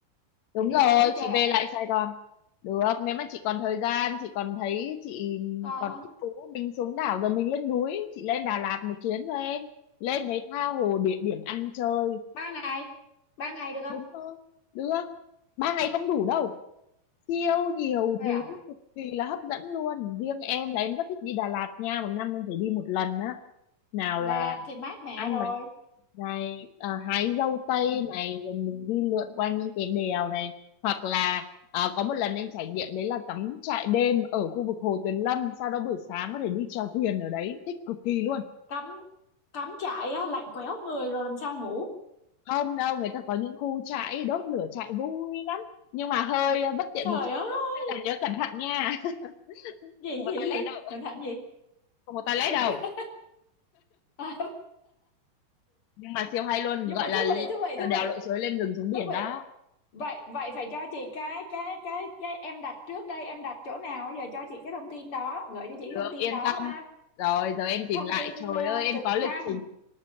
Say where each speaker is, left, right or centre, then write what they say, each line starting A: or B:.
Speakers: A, on the left; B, on the left.
A: đúng
B: là đi
A: rồi
B: lên núi chơi
A: chị
B: à
A: về lại Sài Gòn được nếu mà chị còn thời gian chị còn thấy chị
B: con
A: còn thích thú mình xuống đảo rồi mình lên núi chị lên Đà Lạt một chuyến cho em lên đấy tha hồ địa điểm ăn chơi
B: ba ngày ba ngày được không
A: đúng không được ba ngày không đủ đâu siêu nhiều
B: thôi
A: thứ
B: à
A: cực kỳ là hấp dẫn luôn riêng em là em rất thích đi Đà Lạt nha một năm em phải đi một lần á nào
B: rồi
A: là
B: là thì mát mẹ
A: ăn
B: rồi
A: bánh này à, hái dâu tây
B: ừ.
A: này rồi mình đi lượn qua những cái đèo này hoặc là à, có một lần anh trải nghiệm đấy là cắm trại đêm ở khu vực Hồ Tuyền Lâm sau đó buổi sáng có thể đi chèo thuyền ở đấy thích cực kỳ luôn
B: cắm cắm trại á lạnh quéo người rồi làm sao ngủ
A: không đâu người ta có những khu trại đốt lửa trại vui lắm nhưng mà hơi à, bất tiện
B: trời
A: một chút
B: ơi
A: nên là nhớ cẩn thận nha <laughs>
B: gì
A: không
B: gì
A: có toilet
B: gì
A: đâu
B: cẩn thận gì
A: không có toilet
B: <laughs>
A: đâu
B: À,
A: nhưng mà siêu hay luôn
B: nhưng
A: gọi
B: mà
A: là
B: thú vị thú vị
A: trèo
B: thú
A: đèo
B: vị
A: lội suối lên rừng xuống biển
B: thú vị
A: đó
B: vậy vậy phải cho chị cái cái cái cái em đặt trước đây em đặt chỗ nào giờ cho chị cái thông tin đó gửi cho chị cái
A: Được,
B: thông tin
A: yên
B: đó
A: tâm.
B: ha
A: Rồi, giờ em tìm
B: thông
A: lại.
B: tin
A: Trời
B: ờ,
A: ơi, em
B: trực
A: có lịch
B: thăng
A: trình.